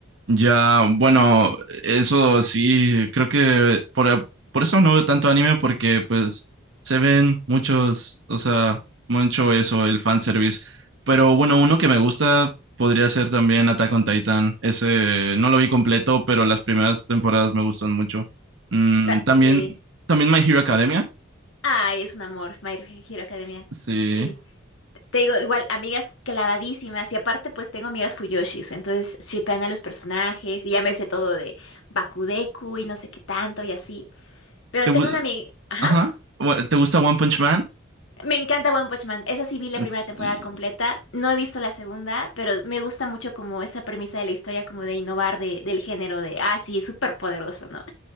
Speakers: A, on the right; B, on the left.
A: Ya, bueno, eso sí, creo que por, a- por eso no veo tanto anime porque pues se ven muchos, o sea, mucho eso, el fanservice. Pero bueno, uno que me gusta podría ser también Attack on Titan. Ese no lo vi completo, pero las primeras temporadas me gustan mucho. Mm,
B: Ta-
A: también,
B: sí.
A: también My Hero Academia.
B: Ay, es un amor, My Hero Academia.
A: Sí.
B: Sí. Te digo, igual, amigas clavadísimas. Y aparte, pues tengo amigas Fuyoshis. Entonces, shippean a los personajes. Y ya me sé todo de Bakudeku y no sé qué tanto y así. Pero
A: ¿Te,
B: tengo
A: gu-
B: una amiga. Ajá.
A: ajá. Bueno, ¿Te gusta One Punch Man?
B: Me encanta One Punch Man. Esa sí vi la
A: Sí.
B: primera temporada completa. No he visto la segunda, pero me gusta mucho como esa premisa de la historia, como de innovar de, del género de, ah, sí, es súper poderoso, ¿no?